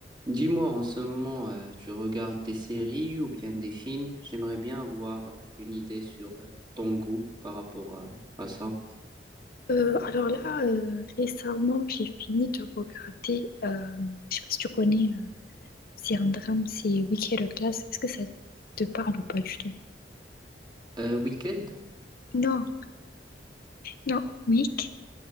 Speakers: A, on the right; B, on the left.
A: Dis-moi, en ce moment, euh, tu regardes des séries ou bien des films? J'aimerais bien avoir euh, une idée sur euh, ton goût par rapport à, à ça.
B: Euh, alors là, euh, récemment, j'ai fini de regarder, euh, je sais pas si tu connais, euh, c'est un drame, c'est Wicked Class. Est-ce que ça te parle ou pas du tout?
A: Euh, Wicked?
B: Non, non, Wicked